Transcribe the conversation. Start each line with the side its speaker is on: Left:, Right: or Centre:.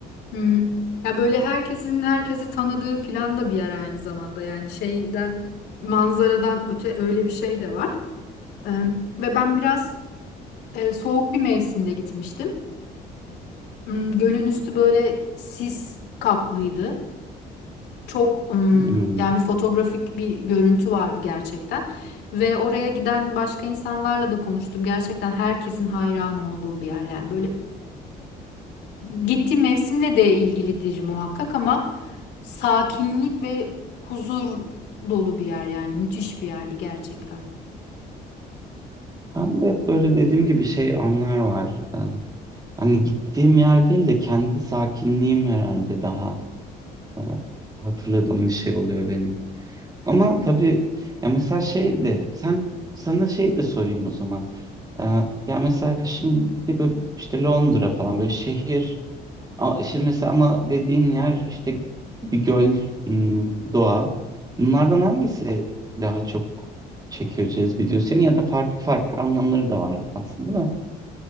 Left: Hmm. Ya böyle herkesin herkesi tanıdığı filan da bir yer aynı zamanda yani şeyden manzaradan öte öyle bir şey de var. Ee, ve ben biraz e, soğuk bir mevsimde gitmiştim. Hmm, gölün üstü böyle sis kaplıydı. Çok hmm,
Right: Hmm.
Left: yani bir fotoğrafik bir görüntü vardı gerçekten. Ve oraya giden başka insanlarla da konuştum. Gerçekten herkesin hayran olduğu bir yer yani böyle gittiği mevsimle de ilgilidir muhakkak ama sakinlik ve huzur dolu bir yer yani müthiş bir yerdi gerçekten.
Right: Ben de hep böyle dediğim gibi şey anlar var. Ee, hani gittiğim yer değil de kendi sakinliğim herhalde daha e, hatırladığım bir şey oluyor benim. Ama tabii ya mesela şey de sen sana şey de sorayım o zaman. Ee, ya mesela şimdi böyle işte Londra falan böyle şehir A- Şimdi mesela ama dediğin yer işte bir göl, hmm, doğa. Bunlardan hangisi daha çok çekiyor, cezbediyor seni ya da farklı farklı anlamları da var aslında da.